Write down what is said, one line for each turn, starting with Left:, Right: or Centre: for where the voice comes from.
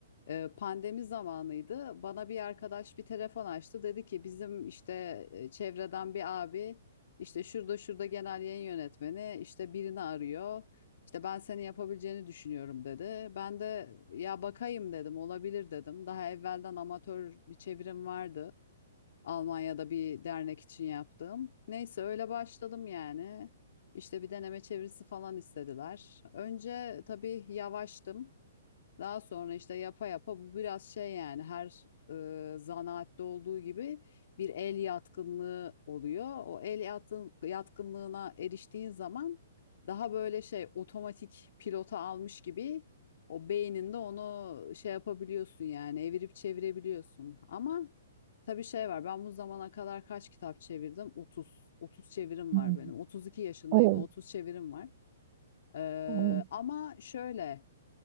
Left: e, pandemi zamanıydı. Bana bir arkadaş bir telefon açtı. Dedi ki bizim işte e, çevreden bir abi işte şurada şurada genel yayın yönetmeni işte birini arıyor. İşte ben senin yapabileceğini düşünüyorum dedi. Ben de ya bakayım dedim olabilir dedim. Daha evvelden amatör bir çevirim vardı. Almanya'da bir dernek için yaptığım. Neyse öyle başladım yani. İşte bir deneme çevirisi falan istediler. Önce tabii yavaştım. Daha sonra işte yapa yapa bu biraz şey yani her e, zanaatte olduğu gibi bir el yatkınlığı oluyor. O el yatın- yatkınlığına eriştiğin zaman daha böyle şey otomatik pilota almış gibi o beyninde onu şey yapabiliyorsun yani evirip çevirebiliyorsun. Ama Tabii şey var. Ben bu zamana kadar kaç kitap çevirdim? 30. 30 çevirim
Right: Hmm,
Left: var benim. 32 yaşındayım
Right: Evet.
Left: ve 30 çevirim var. Ee,
Right: evet.
Left: ama şöyle